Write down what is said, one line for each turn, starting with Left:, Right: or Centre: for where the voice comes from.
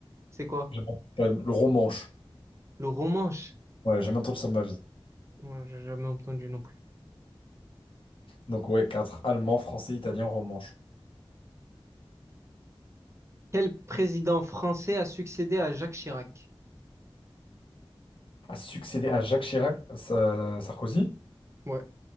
Right: c'est quoi?
Left: j'ai pas- le romanche.
Right: Le romanche?
Left: Ouais, j'ai jamais entendu ça de ma vie.
Right: Moi, j'ai jamais entendu non plus.
Left: Donc, ouais, quatre. Allemand, français, italien, romanche.
Right: Quel président français a succédé à Jacques Chirac?
Left: A succédé à Jacques Chirac, Sa- Sarkozy?
Right: Ouais,